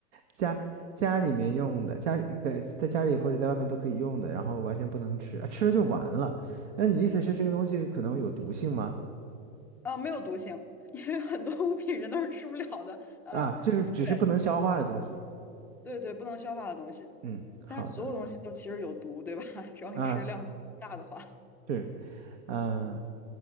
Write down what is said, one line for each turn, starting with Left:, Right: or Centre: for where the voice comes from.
Right: 家家里面用的，家里可在家里或者在外面都可以用的，然后完全不能吃，啊，吃了就完了。那你的意思是这个东西可能有毒性吗？
Centre: 啊，没有毒性，<laughs> 因为很多物品人都是吃不了的。呃，
Right: 啊，就是只是不能消化的东西。
Centre: 对对对，不能消化的东西，
Right: 嗯，好的。
Centre: 但所有东西都其实有毒，对吧？<laughs> 只要你吃量大的话，
Right: 啊，是，嗯、